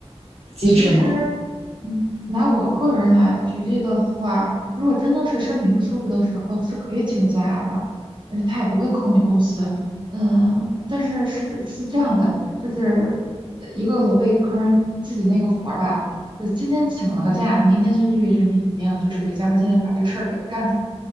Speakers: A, on the right; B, on the right.
A: 机制吗？
B: 其实，嗯，拿我个人来举例的话，如果真的是身体不舒服的时候，是可以请假的，而且他也不会扣你工资。嗯，但是是是这样的，就是一个萝卜一坑，自己那个活儿吧，呃，今天请了个假，明天就意味着你肯定就是得加班加点把这个事儿给干出来。